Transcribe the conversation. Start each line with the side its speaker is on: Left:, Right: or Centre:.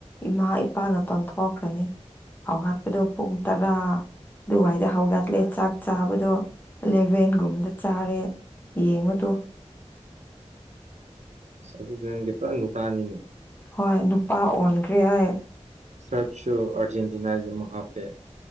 Left: ꯏꯃꯥ ꯏꯄꯥꯅꯥ ꯇꯟꯊꯣꯛꯈ꯭ꯔꯅꯤ ꯍꯧꯍꯠꯄꯗꯣ ꯄꯨꯡ ꯇꯔꯥ ꯑꯗꯨꯋꯥꯏꯗ ꯍꯧꯒꯠꯂꯦ ꯆꯥꯛ ꯆꯥꯕꯗꯣ ꯑꯦꯂꯦꯚꯦꯟꯒꯨꯝꯕꯗ ꯆꯥꯔꯦ ꯌꯦꯡꯉꯨꯇꯨ
Right: ꯑꯁ ꯑꯗꯨꯗꯤ ꯅꯪꯗꯤ ꯄꯨꯔ ꯅꯨꯄꯥꯅꯤꯅꯦ
Left: ꯍꯣꯏ ꯅꯨꯄꯥ ꯑꯣꯟꯈ꯭ꯔꯦ ꯑꯩ
Right: ꯁꯔꯠꯁꯨ ꯑꯔꯖꯦꯟꯇꯤꯅꯥꯒꯤ ꯑꯃ ꯍꯥꯞꯄꯦ